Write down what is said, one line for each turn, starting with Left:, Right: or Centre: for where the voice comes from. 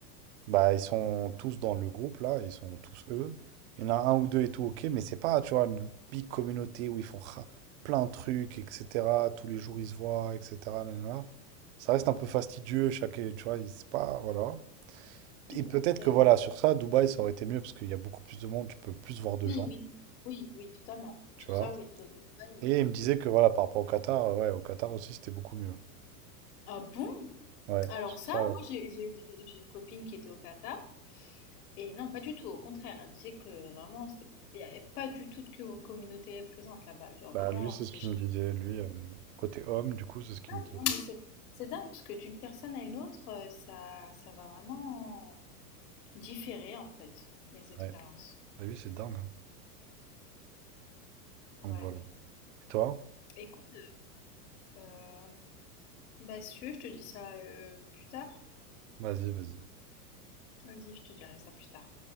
Right: Bah, ils sont tous dans le groupe, là, ils sont tous eux. Il y en a un ou deux et tout, ok, mais c'est pas, tu vois, une big communauté où ils font ra- plein de trucs, etc. Tous les jours, ils se voient, etc. nanana. Ça reste un peu fastidieux, chaque, tu vois, il- c'est pas, voilà.
Left: Oui,
Right: Et peut-être
Left: après,
Right: que, voilà,
Left: euh,
Right: sur ça, Dubaï, ça aurait été mieux, parce qu'il y a beaucoup plus de monde, tu peux plus voir de
Left: oui,
Right: gens,
Left: oui, oui, oui, totalement.
Right: tu
Left: Sur
Right: vois.
Left: ça, oui, de bonne nouvelle, oui.
Right: Et il me disait que, voilà, par rapport au Qatar, euh, ouais, au Qatar aussi, c'était beaucoup mieux.
Left: Ah bon?
Right: Ouais,
Left: Alors
Right: sur
Left: ça,
Right: ça,
Left: moi,
Right: ouais.
Left: j'ai j'ai eu des- j'ai une copine qui était au Qatar. Et non, pas du tout. Au contraire, elle disait que vraiment, c'était, il n'y avait pas du tout de co- communauté présente là-bas. Genre,
Right: Bah,
Left: vraiment,
Right: lui, c'est
Left: c'était
Right: ce qu'il
Left: chacun.
Right: me disait, lui, euh, côté homme, du coup, c'est ce qu'il
Left: Ah
Right: me disait.
Left: non, mais c'est c'est dingue parce que d'une personne à une autre, euh, ça, ça va vraiment différer en fait les expériences.
Right: Ouais, t'as vu, c'est dingue, hein. Donc
Left: Ouais.
Right: voilà. Et toi?
Left: Écoute, euh, bah, si tu veux, je te dis ça euh, plus tard.
Right: Vas-y, vas-y.
Left: Vas-y, je te dirai ça plus tard.